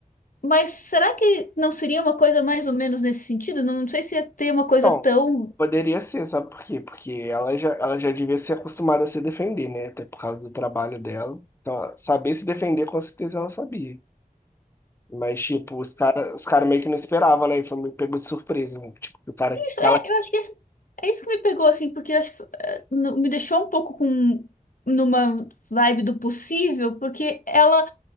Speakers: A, on the left; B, on the left.
A: Mas será que não seria uma coisa mais ou menos nesse sentido? Não sei se ia ter uma coisa
B: Então,
A: tão
B: poderia ser, sabe por quê? Porque ela já, ela já devia ser acostumada a se defender, né? Até por causa do trabalho dela. Então, ela- saber se defender, com certeza ela sabia. Mas, tipo, os caras os cara meio que não esperavam, né? E foi meio pegou de surpresa, né? Tipo, que o cara
A: Isso,
B: que
A: é,
B: ela
A: eu acho que é, isso é isso que me pegou, assim, porque eu acho que eh, no- me deixou um pouco com numa vibe do possível, porque ela